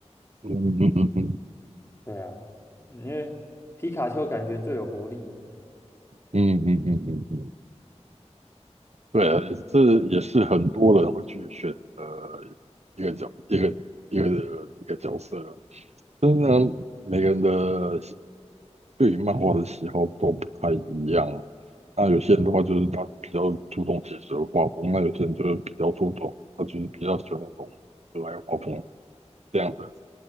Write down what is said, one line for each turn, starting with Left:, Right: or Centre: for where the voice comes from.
Right: 嗯
Left: 对啊，因为皮卡丘感觉最有活力。
Right: 嗯嗯嗯嗯嗯嗯嗯嗯。嗯嗯嗯嗯对啊这也是很多人会去选的一个角一个一个一个角色，但是呢，每个人的喜对于漫画的喜好都不太一样。那有些人的话就是他比较注重写实的画风，那有些人就是比较注重，他就是比较喜欢那种可爱画风这样的